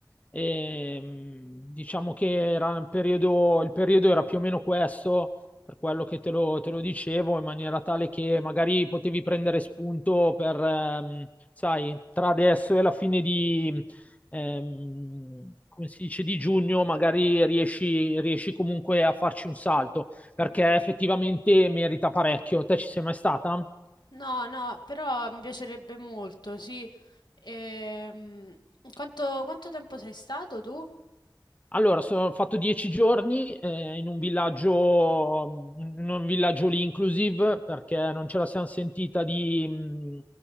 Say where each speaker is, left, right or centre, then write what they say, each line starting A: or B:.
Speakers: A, on the left (about 20°); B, on the left (about 70°).
A: Ehm, diciamo che era un periodo, il periodo era più o meno questo, per quello che te lo, te lo dicevo, in maniera tale che magari potevi prendere spunto per, ehm, sai, tra adesso e la fine ehm, come si dice, di giugno, magari riesci, riesci comunque a farci un salto, perché effettivamente merita parecchio. Te ci sei mai stata?
B: No, no, però mi piacerebbe molto, sì. Ehm, quanto, quanto tempo sei stato tu?
A: Allora, sono- ho fatto dieci giorni eh, in un villaggio, in un villaggio lì inclusive, perché non ce la siamo sentita di, mh,